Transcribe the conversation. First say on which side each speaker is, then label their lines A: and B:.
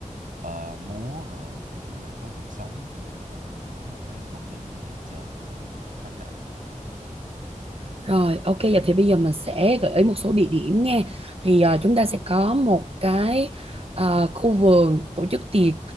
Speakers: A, on the right; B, on the right.
A: ờ, múa và kiểu kiểu vậy có nhạc sống kiểu vậy nên là mình muốn một cái không gian ngoài trời cho nó thoáng đãng.
B: Rồi, ok, giờ thì bây giờ mình sẽ gợi ý một số địa điểm nha. Thì à, chúng ta sẽ có một cái à, khu vườn tổ chức tiệc